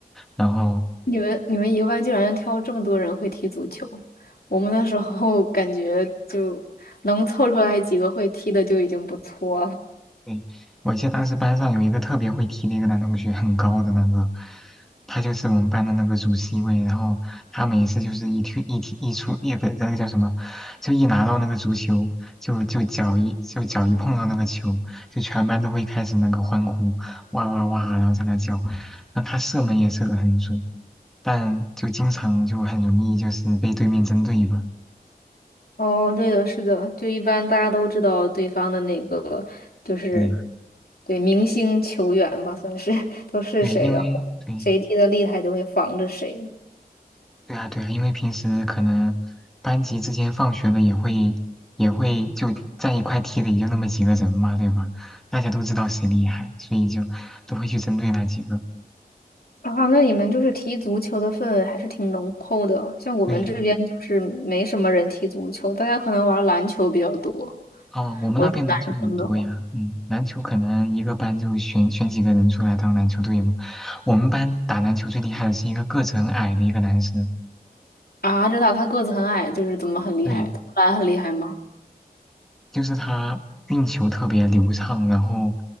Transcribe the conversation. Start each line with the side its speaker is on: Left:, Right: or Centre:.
Centre: 然后
Left: 你们你们一个班竟然挑这么多人会踢足球，我们那时候 <laughs> 感觉就能凑出来几个会踢的就已经不错了。
Centre: 对，我记得当时班上有一个特别会踢的一个男同学，很高的那个，他就是我们班的那个主 C 位。然后他每次就是一踢一踢一出，也不是那个叫什么，就一拿到那个足球，就就脚一就脚一碰到那个球，就全班都会开始那个欢呼，哇哇哇，然后在那叫。那他射门也射得很准，但就经常就很容易就是被对面针对吧。
Left: 哦，对的，是的，就一般大家都知道对方的那个就是
Centre: 对
Left: 对明星球员吧，算是 <laughs> 都是谁，
Centre: 对，因为对
Left: 然后谁踢的厉害就会防着谁。
Centre: 对啊，对啊，因为平时可能班级之间放学了也会也会就在一块踢的，也就那么几个人嘛，对吧？大家都知道谁厉害，所以就都会去针对那几个。
Left: 啊，那你们就是踢足球的氛围还是挺浓厚的，像我们这边就是没什么人踢足球，
Centre: 对，
Left: 大家可能玩篮球比较多。
Centre: 哦，我们那边篮球也多呀，
Left: 我是男生的话。
Centre: 嗯，篮球可能一个班就选选几个人出来当篮球队嘛。我们班打篮球最厉害的是一个个子很矮的一个男生，
Left: 啊，真的，他个子很矮，就是怎么很厉害？
Centre: 对，
Left: 投篮很厉害吗？
Centre: 就是他运球特别流畅，然后